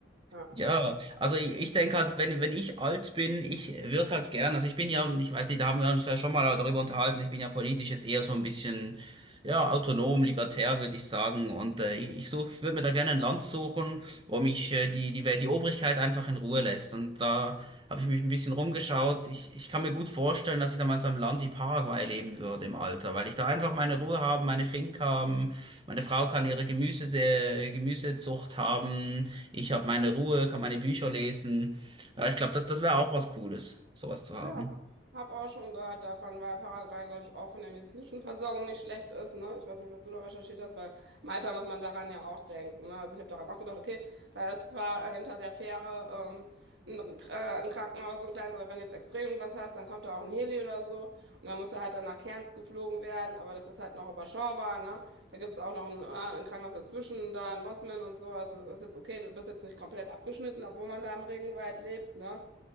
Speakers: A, on the right; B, on the right.
A: Ja.
B: Ja, also ich, ich denke halt, wenn, wenn ich alt bin, ich würde halt gern, also ich bin ja, ich weiß nicht, da haben wir uns ja schon mal darüber unterhalten, ich bin ja politisch jetzt eher so ein bisschen, ja, autonom, libertär, würde ich sagen. Und äh, ich ich such, würde mir da gerne ein Land suchen, wo mich äh, die, die, Welt- die Obrigkeit einfach in Ruhe lässt. Und da habe ich mich ein bisschen rumgeschaut. Ich, ich kann mir gut vorstellen, dass ich da mal in so einem Land wie Paraguay leben würde im Alter, weil ich da einfach meine Ruhe haben, meine Finca haben, meine Frau kann ihre Gemüse, äh, Gemüsezucht haben. Ich habe meine Ruhe, kann meine Bücher lesen. Ja, ich glaube, das, das wäre auch was Cooles, sowas zu haben.
A: Ja, habe auch schon gehört davon, weil Paraguay, glaube ich, auch von der medizinischen Versorgung nicht schlecht ist. Ne? Ich weiß nicht, was du da recherchiert hast, weil Malta muss man daran ja auch denken. Ne? Also ich habe daran auch gedacht, okay, da ist zwar äh, hinter der Fähre ähm, ein, äh, ein Krankenhaus und ein kleines, aber wenn du jetzt extrem irgendwas hast, dann kommt da auch ein Heli oder so und dann musst du halt dann nach Cairns geflogen werden, aber das ist halt noch überschaubar. Ne? Da gibt es auch noch ein, äh, ein Krankenhaus dazwischen, da in Mosman und so. Also das ist jetzt okay, du bist jetzt nicht komplett abgeschnitten, obwohl man da im Regenwald lebt. Ne?